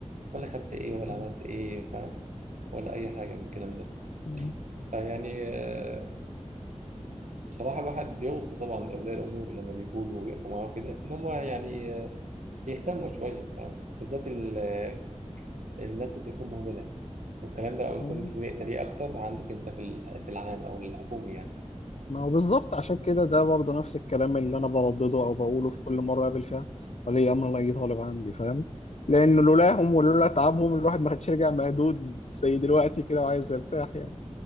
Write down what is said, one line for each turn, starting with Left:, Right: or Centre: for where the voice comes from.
Right: ولا خدت ايه ولا
Left: مم.
Right: عملت ايه فاهم ولا اي حاجة من الكلام ده
Left: مم.
Right: فيعني آه، بصراحة الواحد بيوصي طبعا أولياء الأمور لما بيقولوا ويقفوا معاه كده إن هم يعني آه، يهتموا شوية فاهم بالذات ال- آه، الناس اللي بتكون مهملة والكلام ده ممكن
Left: مم.
Right: تلاقيه أكتر عندك أنت في ال- في العام أو الحكومي يعني
Left: ما هو بالظبط عشان كده ده برضه نفس الكلام اللي انا بردده او بقوله في كل مره اقابل فيها ولي امر لا طالب عندي فاهم لان لولاهم ولولا تعبهم الواحد ما كانش رجع مهدود زي دلوقتي كده وعايز يرتاح يعني